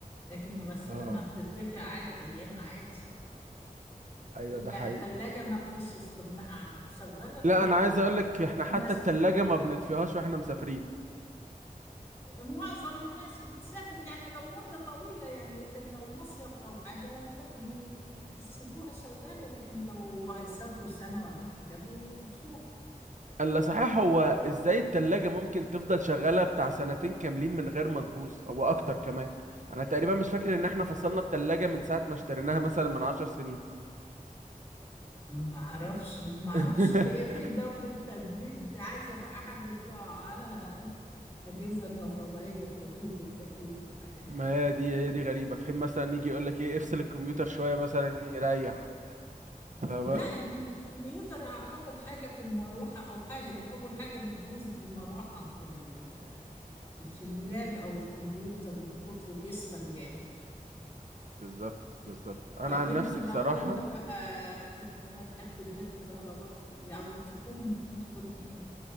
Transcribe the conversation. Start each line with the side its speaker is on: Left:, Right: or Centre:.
Left: لكن الغسالة
Right: اه
Left: ما بتطفي عادي أيام عادي
Right: ايوه ده
Left: لا
Right: حقيقي
Left: التلاجة ما فيش استغناء عنها شغالة طول
Right: لا انا
Left: ما
Right: عايز اقولك احنا
Left: في
Right: حتى
Left: ناس
Right: التلاجة
Left: في البيت
Right: ما بنطفيهاش واحنا مسافرين
Left: معظم الناس بتسافر يعني لو مدة طويلة يعني لكن لو مصيف أو حاجة لا بيسيبوها شغالة لكن لو هيسافروا سنة ولا حاجة بيطفوها
Right: الا صحيح هو ازاي التلاجة ممكن تفضل شغالة بتاع سنتين كاملين من غير ما تبوظ او اكتر كمان انا تقريبا مش فاكر ان احنا فصلنا التلاجة من ساعة ما اشتريناها مثلا من عشر سنين
Left: ما اعرفش ما اعرفش
Right: <laughs>
Left: في هي في دورة تبريد عايزة بقى حد بتوع آه، أجهزة كهربائية التبريد والتكييف والحاجات دي
Right: ما هي دي هي دي غريبة في حين مثلا يجي يقول لك ايه افصل الكمبيوتر شوية مثلا يريح فبقى
Left: لا الكمبيوتر أعتقد حاجة في المروحة أو حاجة دي أول حاجة بتبوظ في المروحة في ال- في اللاب أو الكمبيوتر من كتر بيسخن جامد
Right: بالظبط بالظبط انا
Left: طب
Right: عن
Left: انت
Right: نفسي
Left: لو
Right: بصراحة
Left: انت بقى كنت هتحب جهاز كهربائي او تكون تكون ايه